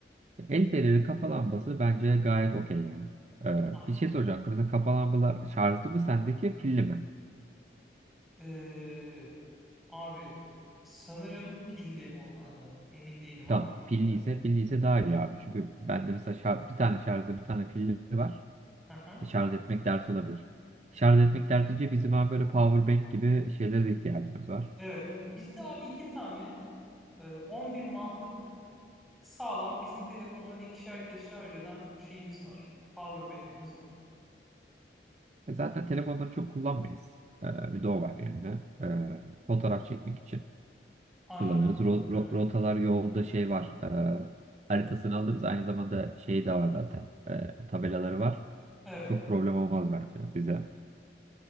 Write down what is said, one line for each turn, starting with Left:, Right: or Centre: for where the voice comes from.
Right: El feneri kafa lambası bence gayet okey yani. Ee,
Centre: Tamam.
Right: bir şey soracağım. Mesela kafa lambalar şarjlı mı sendeki pilli mi?
Centre: Ee, abi sanırım pilli onlarda. Emin değilim ama
Right: Tamam.
Centre: pilli
Right: Pilli
Centre: galiba.
Right: ise pilli ise daha iyi abi. Çünkü bende mesela şar- bir tane şarjlı bir tane pilli var.
Centre: Aha.
Right: E, Şarj etmek dert olabilir. Şarj etmek dert deyince bizim abi böyle power bank gibi şeylere de ihtiyacımız var.
Centre: Evet. Bizde abi iki tane e, 10 bin mahlık sağlam bizim telefonları ikişer kez şarj eden şeyimiz var. Power bank'imiz var.
Right: E zaten telefonları çok kullanmayız. Ee, bir de o var yani. Ee, fotoğraf çekmek için.
Centre: Aynen.
Right: kullanırız. Ro- ro-
Centre: Aha.
Right: rotalar yolda şey var. e, haritasını alırız. Aynı zamanda şey de var zaten. e, tabelaları var.
Centre: Evet.
Right: Çok problem olmaz bence bize.